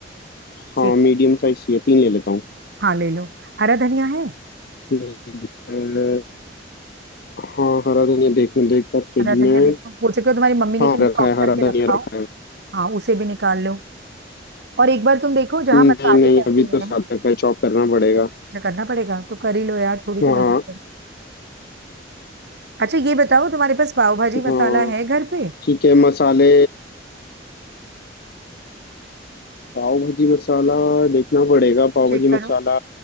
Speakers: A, on the right; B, on the left.
A: ठीक
B: हाँ
A: है
B: मीडियम साइज चाहिए तीन ले लेता हूँ
A: हाँ ले लो हरा धनिया है
B: ठीक है हाँ हरा धनिया देखने देख पर फ्रिज
A: हरा धनिया
B: में
A: देखो हो सके तो तुम्हारी मम्मी ने
B: हाँ
A: कहीं
B: रखा
A: चॉप
B: है हरा
A: करके
B: धनिया
A: रखा हो
B: रखा है
A: हाँ उसे भी निकाल लो और एक बार तुम देखो जहाँ
B: नहीं
A: मसाले
B: नहीं
A: रहते
B: अभी
A: हैं
B: तो साथ रखा है चॉप करना पड़ेगा
A: जो करना पड़ेगा तो कर ही लो यार थोड़ी तो
B: हाँ
A: मेहनत अच्छा ये बताओ तुम्हारे पास पाव भाजी
B: हाँ
A: मसाला है घर पे
B: ठीक है मसाले पाव भाजी मसाला देखना पड़ेगा पाव
A: चेक
B: भाजी
A: करो
B: मसाला